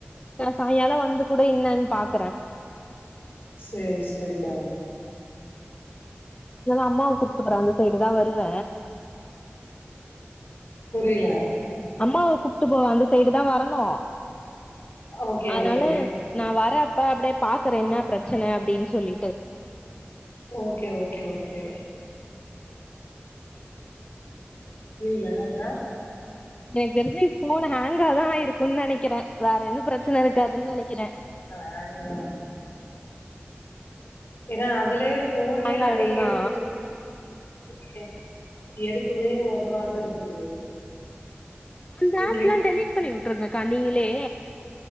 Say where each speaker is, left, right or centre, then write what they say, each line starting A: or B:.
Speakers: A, on the left; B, on the left.
A: நா சாய்யாலோ வந்து கூட இன்னன்னு பாக்ற
B: செரி செரிடா
A: அம்மாவ கூப்டுக்றே அந்த சைடு தா வருவ
B: புரில
A: அம்மாவ கூப்ட்டு போவ அந்த சைடு தா வரணு
B: ஓகே
A: அதனால
B: ஓகே
A: நா வர அப்ப அப்டியே பாக்கறே என்ன பிரச்சன அப்டின்னு சொல்லிட்டு
B: ஓகே ஓகே ஓகே புரில என்ன ஆகுதுனா
A: எனக்கு தெரிஞ்சி ஃபோன் ஹேங்கா தா ஆயிருக்குன்னு நனைக்கிற வேற என்னு பிரச்சன இருக்காதுன்னு நனைக்கிற
B: ஆ ஹங்குதா ஏனா அதுலேப் ஃபோன்லேயே
A: ஹேங்
B: நறைய
A: ஆயிடும் தா
B: குடுத்துருக்கு மே எதுக்குமே உதவாத இருக்குது
A: அந்த
B: இதுல
A: ஆப்ல்லா டெலீட் பண்ணி உட்ருங்கா நீங்களே